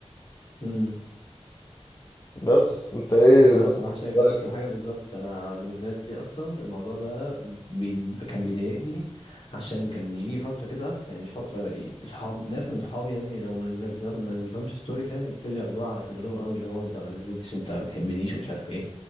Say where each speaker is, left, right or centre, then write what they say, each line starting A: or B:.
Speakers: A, on the left; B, on the left.
A: امم
B: بس انت ايه
A: انا بصراحه شايف
B: رأيك؟
A: نفس الحاجه بالظبط انا بالنسبه لي اصلا الموضوع ده بي... كان بيضايقني عشان كان يجي فتره كده يعني مش فتره اصحاب ناس من صحابي يعني لو ما نزلت مثلا ما نزلتلهمش ستوري فاهم يبتدوا ياخدوها على صدرهم قوي اللي هو انت ما نزلتش انت ما بتحبنيش ومش عارف ايه